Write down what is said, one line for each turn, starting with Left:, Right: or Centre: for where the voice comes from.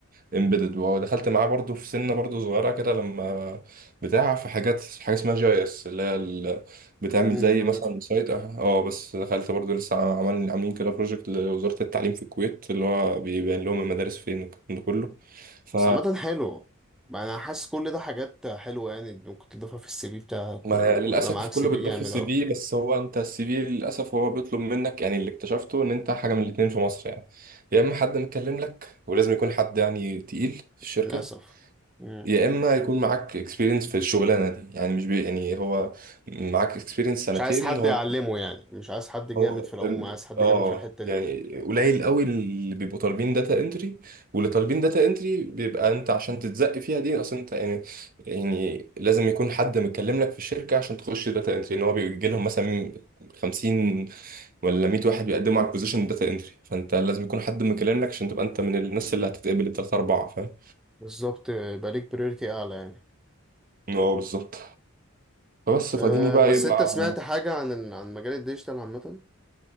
Right: امبيدد ودخلت معاه برضو في سنه برضو صغيره كده لما بتاع في حاجات حاجه اسمها جي اس اللي هي ال- بتعمل
Centre: امم
Right: زي
Centre: عارفها
Right: مثلا سايت اه آه، بس دخلت برضو لسه عمل عاملين كده بروجكت لوزاره التعليم في الكويت اللي هو بيبين لهم المدارس فين والكلام ده كله ف
Centre: بس عامة حلو ما انا حاسس كل ده حاجات حلوة يعني ممكن تضيفها في السي في بتاعك
Right: ما
Centre: ويبقى
Right: للاسف
Centre: معاك
Right: كله
Centre: سي في
Right: بيتضاف
Centre: جامد
Right: في السي
Centre: اوي
Right: في بس هو انت السي في للاسف هو بيطلب منك يعني اللي اكتشفته ان انت حاجه من الاتنين في مصر يعني يا اما حد مكلم لك ولازم يكون حد يعني تقيل في الشركه
Centre: للأسف مم.
Right: يا اما يكون معاك اكسبيرينس في الشغلانه دي يعني مش بي يعني هو معاك اكسبيرينس سنتين
Centre: مش عايز حد
Right: هو
Centre: يعلمه يعني مش عايز حد جامد
Right: هو
Centre: في العموم عايز حد
Right: اه
Centre: جامد في الحتة دي
Right: يعني قليل قوي اللي بيبقوا طالبين داتا انتري واللي طالبين داتا انتري بيبقى انت عشان تتزق فيها دي اصلا انت يعني يعني لازم يكون حد متكلم لك في الشركه عشان تخش داتا انتري ان هو بيجي لهم مثلا 50 ولا 100 واحد بيقدموا على البوزيشن داتا انتري فانت لازم يكون حد مكلم لك عشان تبقى انت من الناس اللي هتتقبل الثلاثه اربعه فاهم
Centre: بالظبط يبقى ليك بريورتي اعلى يعني
Right: اه بالظبط فبس
Centre: أه
Right: فاديني بقى
Centre: بس
Right: يبقى
Centre: انت سمعت حاجة عن ال- عن مجال الديجيتال عامة؟